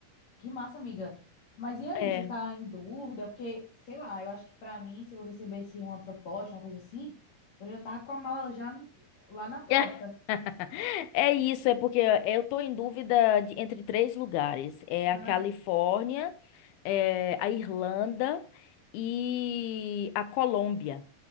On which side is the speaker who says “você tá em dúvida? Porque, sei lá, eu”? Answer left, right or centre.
Left